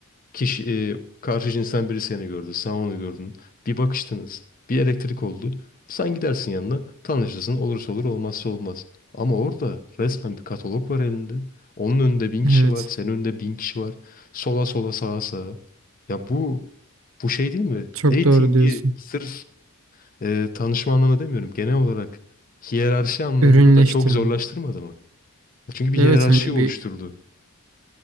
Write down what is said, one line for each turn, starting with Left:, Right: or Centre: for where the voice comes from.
Left: Kişi, e, karşı cinsten biri seni gördü, sen onu gördün. Bir bakıştınız, bir elektrik oldu. Sen gidersin yanına, tanışırsın, olursa olur, olmazsa olmaz. Ama orada resmen bir katalog var elinde. Onun önünde bin kişi
Right: evet.
Left: var, senin önünde bin kişi var. Sola sola sağa sağa. Ya bu, bu şey değil mi?
Right: Çok
Left: Dating'i
Right: doğru diyorsun.
Left: sırf e, tanışma anlamında demiyorum. Genel olarak hiyerarşi anlamında
Right: Ürünleştirme.
Left: da çok zorlaştırmadı mı? Çünkü bir
Right: Evet
Left: hiyerarşi
Right: hani
Left: oluşturdu.
Right: bir